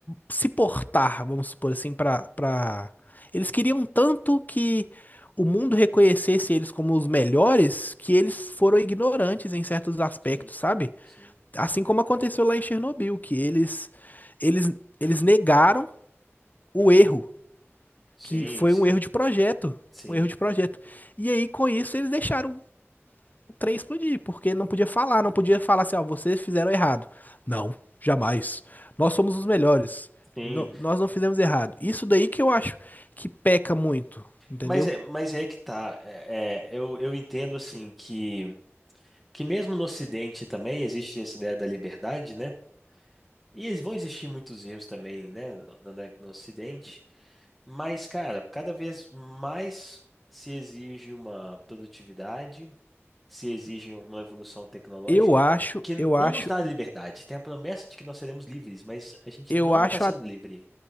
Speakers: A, on the left; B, in the centre.
A: se portar, vamos supor assim, para pra... pra- Eles queriam tanto que o mundo reconhecesse eles como os melhores, que eles foram ignorantes em certos aspectos,
B: Sim,
A: sabe?
B: sim,
A: Assim como aconteceu lá em Chernobyl, que eles, eles, eles negaram o erro
B: sim,
A: que foi
B: sim,
A: um erro de projeto,
B: sim,
A: um erro de projeto. E aí com isso eles deixaram o trem explodir, porque não podia falar, não podia falar assim, ó, vocês fizeram errado. Não, jamais. Nós somos os melhores.
B: sim.
A: Não- nós não fizemos errado. Isso daí que eu acho que peca muito, entendeu?
B: Mas é, mas é que tá. É, é, eu, eu entendo assim que, que mesmo no Ocidente também existe essa ideia da liberdade, né? E eles vão existir muitos erros também, né, no, no- no Ocidente, mas, cara, cada vez mais se exige uma produtividade, se exige uma evolução tecnológica,
A: Eu acho,
B: que não
A: eu acho,
B: nos dá liberdade. Tem a promessa de que nós seremos livres, mas a gente
A: eu
B: não
A: acho,
B: está sendo
A: a-
B: livre